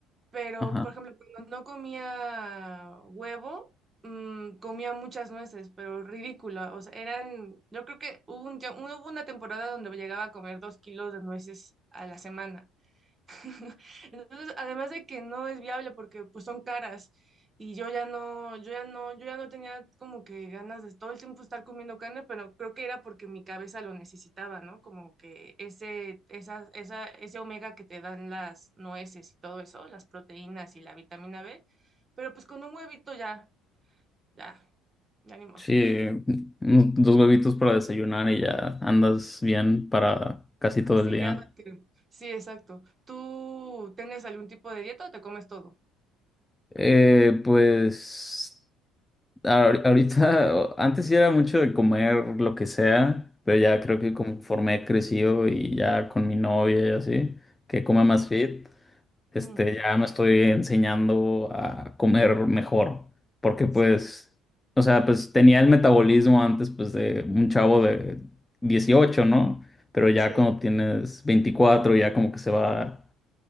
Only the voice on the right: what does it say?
Pero,
por ejemplo, cuando no comía huevo, mm, comía muchas nueces, pero ridícula. O sea, eran, yo creo que hubo un, tie- hubo una temporada donde llegaba a comer dos kilos de nueces a la semana. <laughs> Entonces, además de que no es viable porque pues son caras y yo ya no, yo ya no, yo ya no tenía como que ganas de todo el tiempo estar comiendo carne, pero creo que era porque mi cabeza lo necesitaba, ¿no? Como que ese, esa, esa, ese omega que te dan las nueces y todo eso, las proteínas y la vitamina B, pero pues con un huevito ya, ya, ya ni modo.
Sí,
ya no te- sí, exacto. ¿Tú tienes algún tipo de dieta o te comes todo?
Ujú,
ujú.
Sí,
sí.